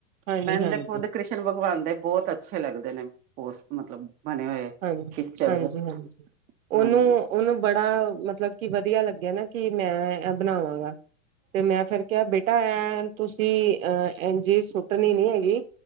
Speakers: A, on the right; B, on the right.
A: ਹਾਂਜੀ
B: ਕਿੰਦੇ
A: ਹਾਂਜੀ
B: ਖੁਦ ਕ੍ਰਿਸ਼ਨ ਭਗਵਾਨ ਦੇ ਬਹੁਤ ਅੱਛੇ ਲੱਗਦੇ ਨੇ ਪੋਸਟ ਮਤਲਬ ਬਣੇ ਹੋਏ।
A: ਹਾਂਜੀ
B: ਪਿਕਚਰਸ
A: ਹਾਂਜੀ ਹਾਂਜੀ ਉਹਨੂੰ
B: ਹਾਂਜੀ
A: ਉਹਨੂੰ ਬੜਾ ਮਤਲਬ ਕੀ ਵਧੀਆ ਲੱਗਿਆ ਨਾ ਕਿ ਮੈਂ ਇਹ ਬਣਾਵਾਂਗਾ ਤੇ ਮੈਂ ਫਿਰ ਕਿਆ ਬੇਟਾ ਐ ਤੁਸੀਂ ਅਹ ਜੇ ਸੁੱਟਣੀ ਨੀ ਹੈਗੀ